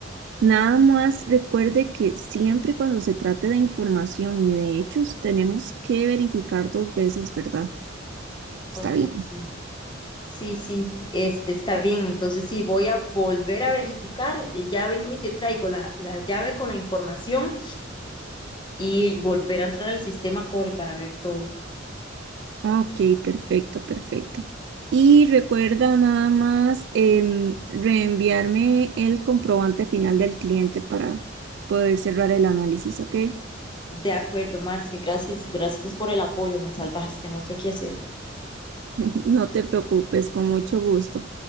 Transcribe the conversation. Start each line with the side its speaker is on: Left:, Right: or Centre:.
Right: nada más recuerde que siempre cuando se trate de información y de hechos, tenemos que verificar dos veces, ¿verdad? Está
Left: Ok,
Right: bien.
Left: sí. Sí, sí, este está bien. Entonces sí, voy a volver a verificar. y Ya vengo y te traigo la, la llave con la información y volver a entrar al sistema Core para ver todo.
Right: Ah, Ok, perfecto, perfecto. Y recuerda nada más em, reenviarme el comprobante final del cliente para poder cerrar el análisis, ¿ok?
Left: De acuerdo, Marce, gracias, gracias por el apoyo, me salvaste, no sé qué hacer.
Right: <laughs> No te preocupes, con mucho gusto.